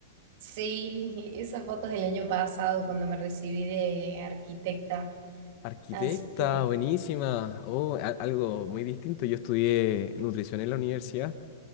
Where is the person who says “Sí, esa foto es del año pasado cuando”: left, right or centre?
Right